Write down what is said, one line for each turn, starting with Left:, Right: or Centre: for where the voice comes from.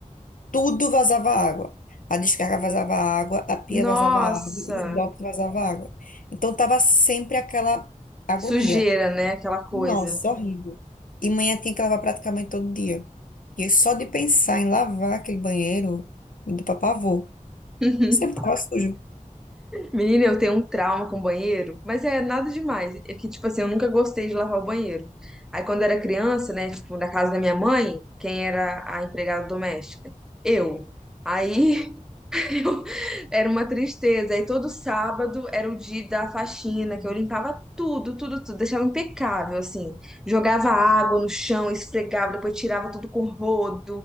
Left: tudo vazava água. A descarga vazava água, a pia
Centre: Nossa,
Left: vazava água, o box vazava água. Então tava sempre aquela agonia.
Centre: sujeira, né? Aquela coisa.
Left: Nossa, horrível. E manhã tinha que lavar praticamente todo dia. E eu só de pensar em lavar aquele banheiro, me deu pra pavor.
Centre: <laughs>
Left: Sempre tava sujo.
Centre: Menina, eu tenho um trauma com banheiro, mas é nada demais. É que, tipo assim, eu nunca gostei de lavar o banheiro. Aí, quando era criança, né, tipo, na casa da minha mãe, quem era a empregada doméstica? Eu. Aí, <laughs> eu- era uma tristeza. Aí, todo sábado era o dia da faxina, que eu limpava tudo, tudo, tudo, deixava impecável, assim. Jogava água no chão, esfregava, depois tirava tudo com rodo,